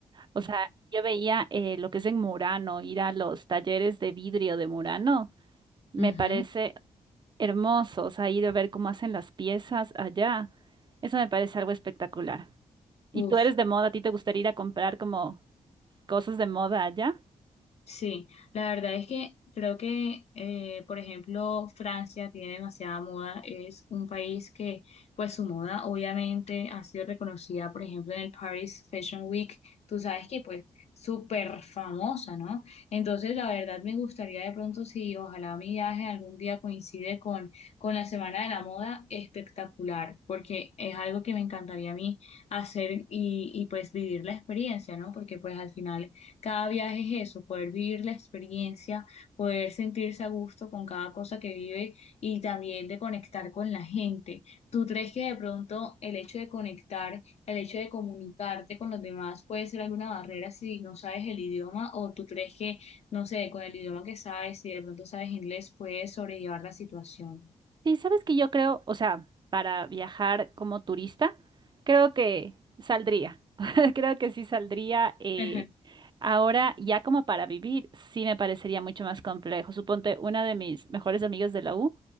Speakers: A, on the right; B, on the left.
A: O sea, yo veía eh, lo que es en Murano, ir a los talleres de vidrio de Murano. Me
B: Ujú.
A: parece hermosos, ha ido a ver cómo hacen las piezas allá. Eso me parece algo espectacular. ¿Y
B: Uf,
A: tú eres de moda? ¿A ti te gustaría ir a comprar como cosas de moda allá?
B: sí, la verdad es que creo que, eh, por ejemplo, Francia tiene demasiada moda, es un país que, pues su moda obviamente ha sido reconocida, por ejemplo, en el Paris Fashion Week, tú sabes que pues súper famosa, ¿no? Entonces, la verdad me gustaría de pronto, si ojalá mi viaje algún día coincide con, con la Semana de la Moda, espectacular, porque es algo que me encantaría a mí hacer y, y pues vivir la experiencia, ¿no? Porque pues al final Cada viaje es eso, poder vivir la experiencia, poder sentirse a gusto con cada cosa que vive y también de conectar con la gente. ¿Tú crees que de pronto el hecho de conectar, el hecho de comunicarte con los demás puede ser alguna barrera si no sabes el idioma o tú crees que, no sé, con el idioma que sabes, si de pronto sabes inglés, puedes sobrellevar la situación?
A: Sí, sabes que yo creo, o sea, para viajar como turista, creo que saldría. <laughs> Creo que sí saldría. eh,
B: <laughs>
A: ahora, ya como para vivir, sí me parecería mucho más complejo. Suponte, una de mis mejores amigas de la U,